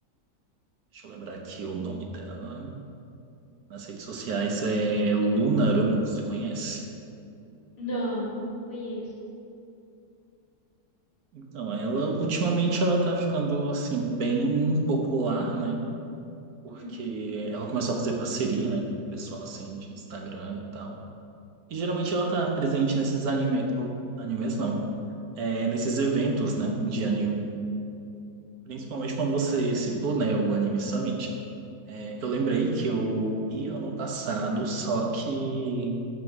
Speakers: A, on the right; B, on the left.
A: Deixa eu lembrar aqui o nome dela. Nas redes sociais é Lunarum, você conhece?
B: Não, não conheço.
A: Então, ela ultimamente ela tá ficando assim bem popular, né? Porque
B: Uhum.
A: ela começou a fazer parceria, né, com o pessoal assim de Instagram e tal. E geralmente ela tá presente nesses anime, ou animes não, é, nesses eventos, né, de anime. Principalmente quando você citou, né, o Anime Summit. É, eu lembrei que eu ia ano passado, só que